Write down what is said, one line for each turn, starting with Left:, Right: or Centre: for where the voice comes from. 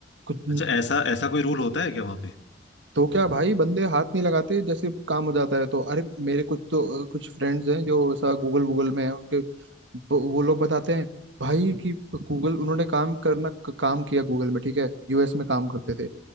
Right: कुछ
Left: अच्छा ऐसा ऐसा कोई रूल होता है क्या वहां पे
Right: तो क्या भाई बंदे हाथ नहीं लगाते जैसे काम हो जाता है तो अरे मेरे कुछ तो कुछ फ्रेंड्स हैं जो ऐसा गूगल वूगल में है उनके वो वो लोग बताते हैं भाई कि गूगल उन्होंने काम करना काम किया गूगल में ठीक है यूएस में काम करते थे